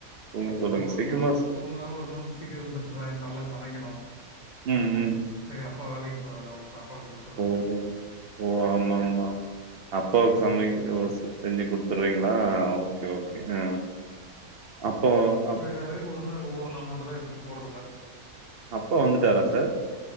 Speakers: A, on the right; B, on the left.
A: தூங்க சொல்லுங்க
B: ஒரு
A: சீக்கிரமா
B: நாள்
A: சார்.
B: தூங்குறாங்க ஒரு நாள் சீக்கிரோ எழுந்தர்ராங்க கால்ல சமைக்கணு
A: ம் ம்
B: செரி அப்பா வேலைக்கு போறாரு அவருக் சாப்பாடு குடுத்
A: ஓஹோ ஓ ஆமா ஆமா அப்பாவுக்கு
B: எழுந்து
A: சமைக ஓ செ செஞ்சு குடுத் துடுறீங்களா ஓகே ஓகே அ அப்போ அப்
B: தாரு ஒரு நாள் ஒவ்வொரு நாள் மட்டுந்தா எடுத்துட்டு போறதில்ல
A: அப்பா வந்துட்டாரா சார்